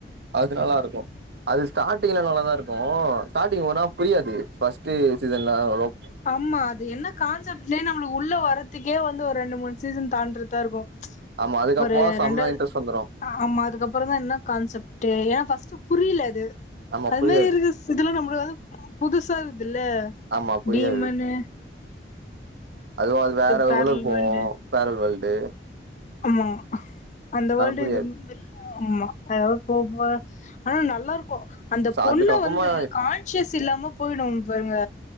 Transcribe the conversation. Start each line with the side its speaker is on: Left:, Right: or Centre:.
Right: அது நல்லாருக்கு அது ஸ்டாட்டிங்ல நல்லாதா இருக்கு ஸ்டாட்டிங் ஓனா புரியாது ஃபஸ்ட்டு சீசன்ல அவ்ளோ
Left: ஆம்மா அது என்ன கான்சப்ட்னே நம்மளுக்கு உள்ள வரத்துக்கே வந் ந்து ஒரு ரெண்டு மூணு சீசன் தாண்டுற்டாருக்கு
Right: ஆமா அதுக்கப்புறோ
Left: ஒரு
Right: செம்ம
Left: ரெண்டா
Right: இன்ட்ரெஸ்ட் வந்துரு
Left: அஹ் ஆமா அதுக்கப்பறதா என்ன கான்செப்டு ஏ ஃபஸ்ட்டு புரிய்ல அது
Right: ஆமா
Left: அது
Right: புரியாது
Left: மாரி இருக்குஸ் இதுலா நம்மளால புதுசா இருக்து தில்ல
Right: ஆமா புரியாது
Left: டிமனு
Right: அதுவு அது வேற
Left: பேரலல்
Right: உளகுக்கு போவு
Left: வேர்ல்டு
Right: பேரலல் வேல் டே
Left: ஆமா அந்த வேல்டு
Right: புரியாது
Left: இது <unintelligible> ஆமா அதாவது போ போ ஆனா நல்லாருக்கு அந்த
Right: சோ
Left: பொண்ணு
Right: அதுக்கப்புறமா
Left: வந்து கான்சியஸ் இல்லாம போயிடு பாருங்க